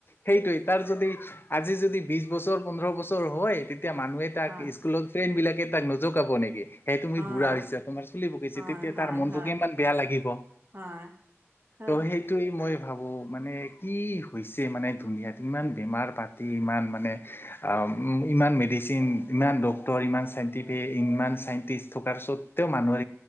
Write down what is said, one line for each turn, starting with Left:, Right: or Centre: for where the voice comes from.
Left: সেইটোৱেই তাৰ যদি আজি যদি বিছবছৰ পোন্ধৰ বছৰ হয় তেতিয়া মানুহে তাক
Right: হয়
Left: স্কুলত ফ্ৰেণ্ড বিলাকে তাক নুজোকাব নেকি। এই তুমি
Right: হয়
Left: বুঢ়া হৈছা তোমাৰ চুলি পকিছে
Right: হয়
Left: তেতিয়া
Right: হয়
Left: তাৰ মনটো
Right: হয়
Left: কিমান বেয়া লাগিব।
Right: হয় হয়
Left: ত' সেইটোয়ে মই ভাবোঁ মানে কি হৈছে মানে দুনীয়াত ইমান বেমাৰ পাতি ইমান মানে আ ইমান মেডিচিন ইমান ড ত' ইমান চাইণ্টিফিক ইমান চাইন্তিষ্ট থকাৰ স্বতেওঁ মানুহে